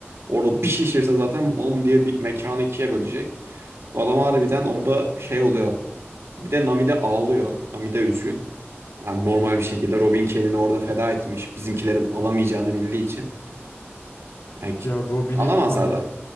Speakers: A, on the right; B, on the left.
A: Orada bir şişirse zaten bom diye bir mekanı ikiye bölecek. Adam harbiden orada şey oluyor. Bir de Nami de ağlıyor. Nami de üzgün. Yani normal bir şekilde Robin kendini orada feda etmiş. Bizimkilerin alamayacağını bildiği için. Yani ki-
B: Ya Robin'in
A: alamazlar
B: hani
A: da.